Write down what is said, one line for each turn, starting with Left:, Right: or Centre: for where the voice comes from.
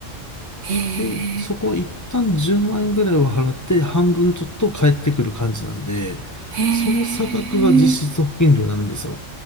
Right: へえ、
Left: で、そこは一旦10万円ぐらいを払って半分取っと返ってくる感じなんで、
Right: へえ、
Left: その差額が実質保険料になるんですよ。